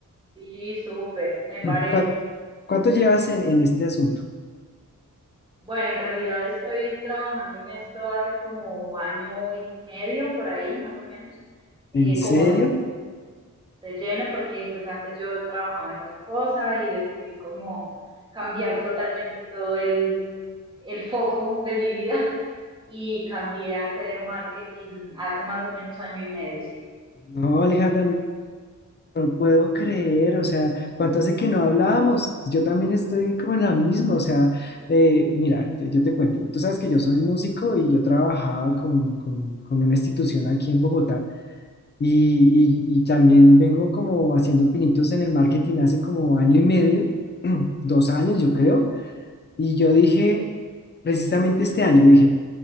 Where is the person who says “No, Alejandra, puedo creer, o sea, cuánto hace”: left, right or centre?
Left